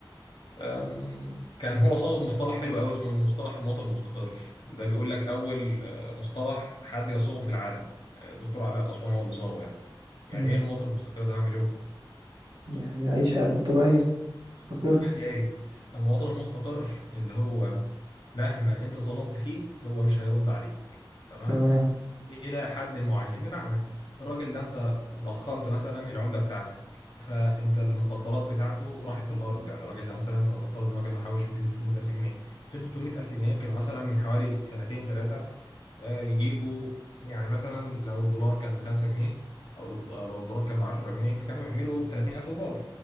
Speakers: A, on the left; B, on the right.
A: أم، كان هو صاغ مصطلح حلو قوي اسمه مصطلح المواطن المستقر ده بيقول لك اول آه، مصطلح حد يصوغه في العالم آه، الدكتور علاء الاسواني هو اللي صاغه يعني يعني
B: مم.
A: ايه المواطن المستقر ده يا عم جو
B: يعني عيش حياتك الطبيعية مستقر
A: يا ريت المواطن المستقر اللي هو مهما انت ظلمت فيه هو مش هيرد عليك تمام
B: تمام
A: الى حد معين بمعنى الراجل ده انت ضخمت مثلا العمله بتاعتك فانت المقدرات بتاعته راحت في الارض يعني الراجل ده مثلا ولنفترض ان هو كان محوش 200 300 الف جنيه 200 300 الف جنيه كانوا مثلا من حوالي سنتين ثلاثه يجيبوا يعني مثلا لو الدولار كان ب 5 جنيه او لو الد- أو لو الدولار كان ب 10 جنيه فكانوا يعملوا 30000 دولار